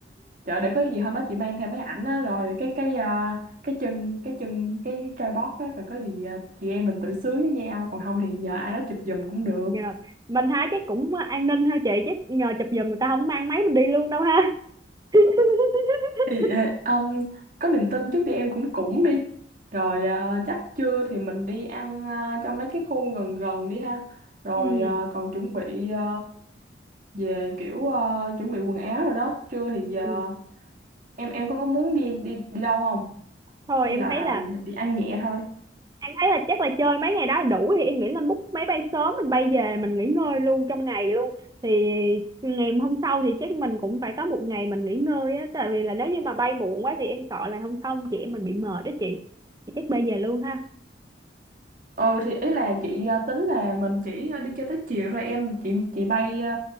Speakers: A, on the right; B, on the right.
A: trời để có gì hôm đó chị mang theo mấy ảnh á rồi cái cái à, cái chân cái chân cái cái tripod á rồi có gì à, chị em mình tự sướng với nhau còn không thì nhờ ai đó chụp giùm cũng được
B: Nhờ. Mình thấy <laughs> chắc cũng an ninh ha chị chắc nhờ chụp giùm người ta không mang máy mình đi luôn đâu ha <laughs>
A: thì ờ, um, có niềm tin trước đi em cũng cũng đi rồi ờ, chắc trưa thì mình đi ăn ờ, trong mấy cái khu gần gần đi ha rồi
B: ừ.
A: ờ, còn chuẩn bị ờ, về kiểu ờ, chuẩn bị quần áo rồi đó trưa thì giờ
B: ừ.
A: em em có muốn đi đi đi đâu không
B: Thôi
A: hay
B: em
A: là
B: thấy là
A: đi ăn nhẹ thôi
B: em thấy là chắc là chơi mấy ngày đó đủ thì em nghĩ là book máy bay sớm mình bay về mình nghỉ ngơi luôn trong ngày luôn thì ngày hôm sau thì chắc mình cũng phải có một ngày mình nghỉ ngơi á tại vì là nếu như mà bay muộn quá thì em sợ là hôm sau chị em mình bị mệt đó chị thì chắc bay về luôn ha
A: ừ thì ý là chị ờ, tính là mình chỉ ờ, đi chơi tới chiều thôi em chị chị bay ờ,